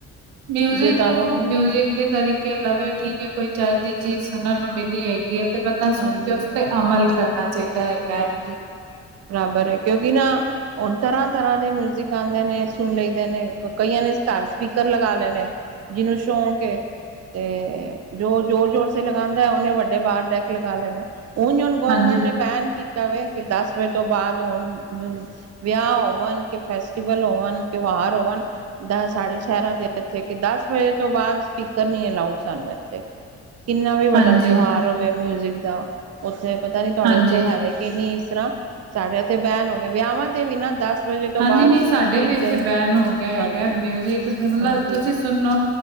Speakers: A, on the right; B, on the right.
A: ਮਿਊਜਿਕ
B: ਜੇ ਤੁਹਾਨੂੰ
A: ਨੂੰ ਮਿਊਜਿਕ ਦੇ ਤਰੀਕੇ, ਕੇ ਲਵੇ ਕੀ ਕੋਈ ਚੱਜ, ਦੀ ਚੀਜ਼ ਸੁਣਨ ਨੂੰ ਮਿਲੀ ਹੈਗੀ ਹੈ। ਤੇ ਬੰਦਾ
B: ਹਾਂਜੀ
A: ਸੁਣ ਕੇ, ਉਸ ਤੇ ਅਮਲ ਕਰਨਾ ਚਾਹੀਦਾ ਹੈਗਾ ਹੈ।
B: <unintelligible> <unintelligible> ਬਰਾਬਰ ਹੈ, ਕਿਉਂਕਿ ਨਾ, ਹਣ, ਤਰ੍ਹਾਂ-ਤਰ੍ਹਾਂ ਦੇ ਮਿਊਜਿਕ ਆਉਂਦੇ, ਨੇ ਸੁਣ ਲਦੇ ਨੇ ਕਈਆਂ ਨੇ ਘਰ ਸਪੀਕਰ ਲਗਾ ਲਏ ਨੇ, ਜਿਹਨੂੰ ਸ਼ੌਕ ਕੇ ਤੇ ਜੋ ਜੋੋਰ- ਜੋੋਰ ਲਗਾਉਂਦਾ ਹੈ, ਉਹਨੇ ਵੱਡੇ ਬਾਹਰ ਦੇ, ਲਗਾ ਲੈਣੇ ਉਂਜ ਹੁਣ ਗੌਰਮੈਂਟ
A: ਹਾਂਜੀ
B: ਨੇ ਬੈਨ ਕੀਤਾ ਵ ਕਿ, ਦਸ ਵਜੇ ਤੋਂ ਬਾਅਦ ਹੁਣ ਵਿਆਹ ਹੋਣ, ਕਿ ਫੈਸਟੀਵਲ ਹੋਵਣ, ਤਿਉਹਾਰ ਹੋਵਣ ਦ ਸਾਢੇ ਸ਼ਹਿਰਾ ਦੇ ਇੱਥੇ ਕਿ ਦਸ ਵਜੇ ਤੋਂ ਬਾਅਦ, ਸਪੀਕਰ ਨੀ ਅਲਾਊਡ ਸਾਨੂੰ ਇੱਥੇ ਕਿੰਨਾ ਵੀ ਵੱਡਾ
A: ਹਾਂਜੀ
B: ਤਿਉਹਾਰ ਹੋਵੇ, ਮਿਊਜਿਕ ਦਾ ਉੱਥੇ ਪਤਾ ਨੀ ਤੁਹਾਡੇ
A: ਹਾਂਜੀ
B: ਉੱਥੇ ਹੈਵੇ। ਨੀ ਇਸ ਤਰ੍ਹਾਂ, ਸਾਡੇ ਤੇ ਬੈਨ ਹੋ ਗਿਆ ਵਿਆਹਾਂ ਤੇ ਵੀ ਨਾ ਦਸ ਵਜੇ ਤੋਂ
A: ਹਾਂਜੀ,
B: ਬਾਅਦ
A: ਨਹੀਂ ਸਾਡੇ
B: ਸਪੀਕਰ
A: ਵੀ ਇੱਥੇ ਬੈਨ ਹੋ ਗਿਆ ਹੈਗਾ,
B: ਹਾਂਜੀ
A: ਮਿਊਜਿਕ ਮਤਲਬ
B: ਹਾਂਜੀ
A: ਤੁਸੀਂ ਸੁਣੋ,